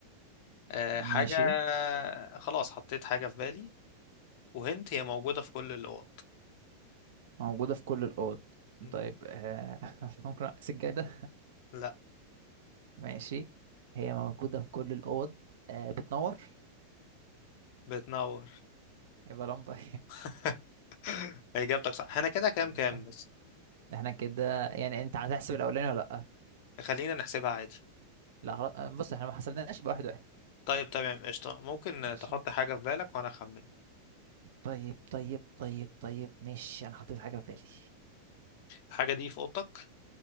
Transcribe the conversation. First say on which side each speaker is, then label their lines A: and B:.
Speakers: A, on the left; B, on the right.
A: آه، حاجة
B: ماشي
A: خلاص حطيت حاجة في بالي وهنت هي موجودة في كل الأوض
B: موجودة في كل الأوض
A: مم.
B: طيب آه <laughs> ممكن سجادة
A: لا
B: ماشي هي موجودة في كل الأوض آه بتنور
A: بتنور
B: يبقى لمبة
A: <laughs> اجابتك صح احنا كده
B: <laughs>
A: كام كام
B: صح
A: بس
B: احنا كده يعني انت هتحسب الأولاني ولا لأ
A: خلينا نحسبها عادي
B: لا خلاص آه، بص احنا ما حسبناش بواحد واحد واحد.
A: طيب تمام قشطة ممكن
B: ماشي
A: تحط حاجة في بالك وانا اخمن
B: طيب طيب طيب طيب ماشي انا حطيت حاجة في بالي
A: الحاجة دي في اوضتك